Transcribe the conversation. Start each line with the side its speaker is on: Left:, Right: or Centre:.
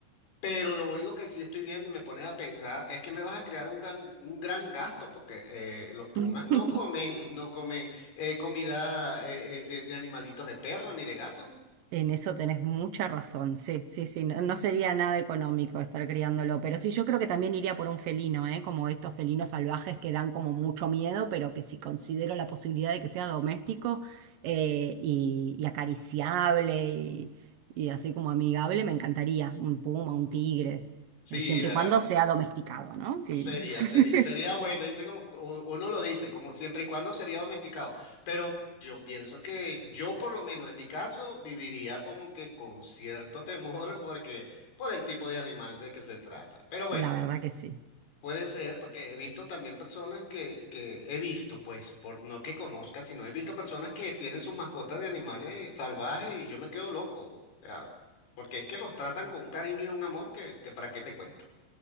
Left: Pero lo único que sí estoy viendo y me pones a pensar es que me vas a crear un gran, un gran gasto porque eh, los pumas
Right: <laughs>
Left: no comen, no comen eh, comida eh, eh, de, de animalitos de perro ni de gatos.
Right: En eso tenés mucha razón, sí, sí, sí, no, no sería nada económico estar criándolo, pero sí, yo creo que también iría por un felino, ¿eh? Como estos felinos salvajes que dan como mucho miedo, pero que si considero la posibilidad de que sea doméstico eh, y, y acariciable y, y así como amigable, me encantaría un puma, un tigre,
Left: Sí,
Right: eh, siempre
Left: ¿verdad?
Right: y cuando sea domesticado, ¿no? Sí,
Left: Sería,
Right: <laughs>
Left: sería, sería bueno. Dice como u- uno lo dice, como siempre y cuando sería domesticado. Pero yo pienso que yo por lo menos en mi caso viviría como que con cierto temor <laughs> porque por el tipo de animal de que se trata. Pero bueno.
Right: la verdad que sí.
Left: Puede ser, porque he visto también personas que, que he visto, pues, por, no que conozca, sino he visto personas que tienen sus mascotas de animales salvajes y yo me quedo loco. O sea, porque es que los tratan con un cariño y un amor que, que para qué te cuento.